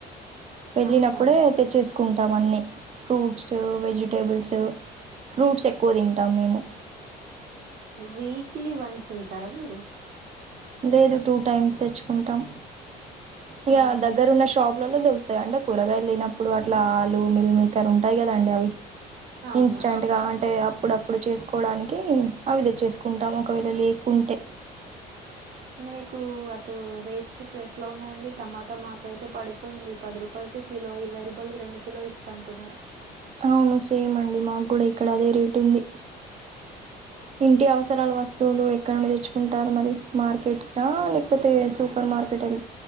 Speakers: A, on the right; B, on the right.
A: వెళ్ళినప్పుడే
B: అవునా
A: తెచ్చేస్కుంటాం అన్ని ఫ్రూట్సు వెజిటేబుల్స్ ఫ్రూట్సేక్కువ తింటాం మేము
B: వీక్లీ వన్సేళ్తారా మీరు
A: లేదు టూ టైమ్స్ తెచ్చుకుంటాం ఇగ
B: అవునా
A: దగ్గరున్న షాప్ లలో దొరుకుతాయి అంటే కూరగాయలు లేనప్పుడు అట్లా ఆలు మిల్లిమికరుంటాయి కదాండి అవి
B: అవునవును
A: ఇన్స్టంట్గా అంటే అప్పుడప్పుడు చేసుకు కోవడానికి అవి తెచ్చేస్కుంటాం ఒకవేళ లేకుంటే
B: మీకు అటు రేట్స్ ఇప్పుడేట్లా ఉన్నాయండి టమాటా మాకైతే పడిపోయింది పది రూపాయలు ఒక కిలో ఇరవై రూపాయ్ లకి రెండు కిలో ఇస్తా అంటున్నారు
A: ఔను సేమ్ అండి మాకు కూడా ఇక్కడ అదే రేటుంది ఇంటి అవసరాల వస్తువులు ఎక్కడ నుండి తెచ్చుకుంటారు మరి మార్కెట్లా లేకపోతే సూపర్ మార్కెట్ ఎల్